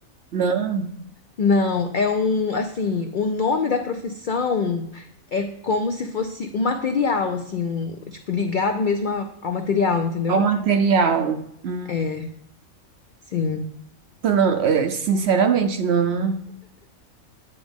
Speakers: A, on the right (about 65°); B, on the left (about 70°).
A: Não.
B: não. É um, assim, o nome da profissão é como se fosse um material, assim, um, tipo, ligado mesmo a- ao material, entendeu?
A: Qual material? Hum,
B: É, sim.
A: não, é, sinceramente, não